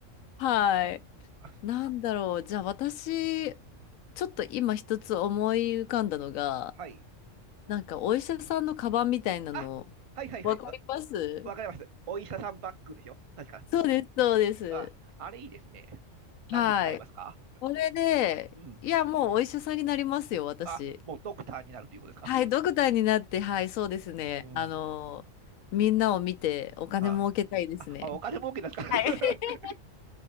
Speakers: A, on the left; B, on the right.
A: はい。
B: えあ
A: なんだろう。じゃあ、私、ちょっと今一つ思い浮かんだのが、
B: はい。
A: なんか、お医者さんのカバンみたいなの、
B: あ、はいはいはい。
A: わかります
B: わ、わかります。お医者さんバッグでしょ確か。
A: そうです、そうです。
B: あ、あれいいですね。何に使いますか
A: はい。これで、
B: うん。
A: いや、もうお医者さんになりますよ、私。
B: あ、もうドクターになるということですか
A: はい、ドクターになって、はい、そうですね。
B: うん。
A: あの、みんなを見てお金儲けたいですね。
B: あ、あ、あお金儲けですか <laughs>
A: はい。<laughs>